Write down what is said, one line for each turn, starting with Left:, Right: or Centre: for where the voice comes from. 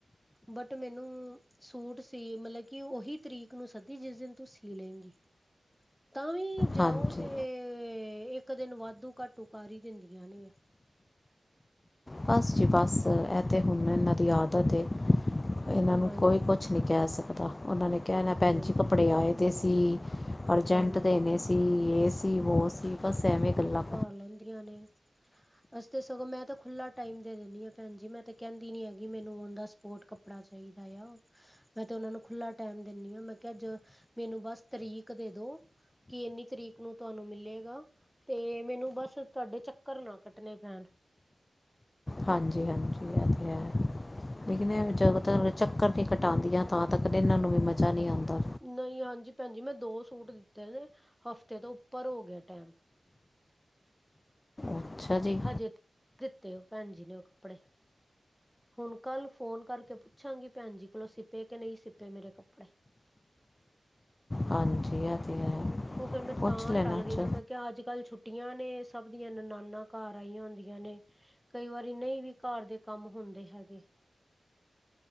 Centre: ਬਟ ਮੈਨੂੰ ਸੂਟ ਸੀ ਮਤਲਬ ਕਿ ਓਹੀ ਤਰੀਕ ਨੂੰ ਸਦੇ ਦੀ ਜਿਸ ਦਿਨ ਤੂੰ ਸੀ ਲੇਂਗੀ ਤਾਂ ਵੀ ਜਾਓ
Left: ਹਾਂਜੀ
Centre: ਤੇ ਇੱਕ ਇੱਕ ਦਿਨ ਵਾਧੂ ਘਾਟੂ ਕਰ ਈ ਦਿੰਦੀਆਂ ਨੇ।
Left: ਬੱਸ ਜੀ ਬੱਸ ਐ ਤੇ ਹੁਨ ਏਨਾਂ ਦੀ ਆਦਤ ਏ। ਏਨਾਂ ਨੂੰ
Centre: ਹਾਂਜੀ,
Left: ਕੋਈ ਕੁਛ
Centre: ਹਾਂਜੀ,
Left: ਨੀ ਕੈ ਸਕਦਾ ਓਨਾਂ ਨੇ ਕੈਣਾ ਭੈਨ
Centre: ਹਾਂਜੀ,
Left: ਜੀ ਕੱਪੜੇ ਆਏ ਦੇ ਸੀ। ਅਰਜੈਂਟ
Centre: ਹਾਂਜੀ
Left: ਦੇਨੇ ਸੀ ਏ ਸੀ ਬੋ ਸੀ ਬਸ ਐਵੇਂ ਗੱਲਾਂ
Centre: ਬੁਲੋਂਦੀਆਂ ਨੇ। <inaudible> ਅਸੀਂ ਤੇ ਸਗੋਂ ਮੈਂ ਤਾਂ ਖੁੱਲਾ ਟਾਈਮ ਦੇ ਦਿੰਨੀ ਆ ਭੈਨ ਜੀ ਮੈਂ ਤੇ ਕੈਂਦੀ ਨੀ ਹੈਗੀ ਮੈਂਨੂੰ ਓਨ ਦਾ ਸਪੋਰਟ ਕਪ ਕੱਪੜਾ ਚਾਈਦਾ ਆ, ਮੈਂ ਤੇ ੳਨਾ ਨੂੰ ਖੁੱਲਾ ਟੈਮ ਦੇਨੀ ਆ, ਮੈਂ ਕੇਆ ਜ ਮੈਨੂੰ ਬਸ ਤਰੀਕ ਦੇ ਦੋ, ਕੇ ਏਨੀ ਤਰੀਕ ਨੂੰ ਤਾਨੂੰ ਮਿਲੇਗਾ ਤੇ ਮੈਨੂੰ ਬਸ ਤਾਡੇ ਚੱਕਰ ਨਾ ਕੱਟਨੇ ਪੈਣ।
Left: ਹਾਂਜੀ ਹਾਂਜੀ ਐ ਤੇ ਹੈ, ਲੇਕਿਨ ਏ ਜਾਦਾਤਰ ਚੱਕਰ ਤੇ ਕਟਾਂਦੀਆਂ ਤਾਂ ਤੱਕ ਤੇ ਏਨਾ ਨੂੰ ਵੀ ਮਜਾ ਨਈ ਆਂਦਾ।
Centre: ਨਈ ਹਾਂਜੀ ਭੈਨਜੀ ਮੈਂ ਦੋ ਸੂਟ ਦਿੱਤੇ ਨੇ, ਹਫ਼ਤੇ ਤੋਂ ਉਪਰ ਹੋ ਗਿਆ ਟੈਮ।
Left: ਅੱਛਾ ਜੀ
Centre: ਹਜੇ ਤਕ ਨਈ ਦਿੱਤੇ ੳਹ ਭੈਨ ਜੀ ਨੇ ੳਹ ਕੱਪੜੇ। ਹੁਣ ਕਲ ਫੋਨ ਕਰਕੇ ਪੁੱਛਾਂਗੀ ਭੈਨਜੀ ਕੋਲੋਂ ਸਿਪੇ ਕੇ ਨਈ ਸਿਪੇ ਮੇਰੇ ਕੱਪੜੇ।
Left: ਹਾਂਜੀ, ਐ ਤਾਂ ਹੈ।
Centre: ੳਹ ਫੇਰ ਮੈਂ
Left: ਪੁੱਛ
Centre: ਤਾਂ
Left: ਲੈਣਾ
Centre: ਟਲ ਗਈ
Left: ਚ
Centre: ਨਾ ਮੈਂ ਕੇਆ ਅੱਜ-ਕੱਲ ਛੁੱਟੀ ਛੁਟੀਆਂ ਨੇ ਸਭ ਦੀਆਂ ਨਨਾਣਾ ਘਰ ਆਈਆਂ ਹੁੰਦੀਆਂ ਨੇ ਕਈ ਵਾਰੀ ਨਈ ਵੀ ਘਰ ਦੇ ਕੰਮ ਹੁੰਦੇ ਹੈਗੇ।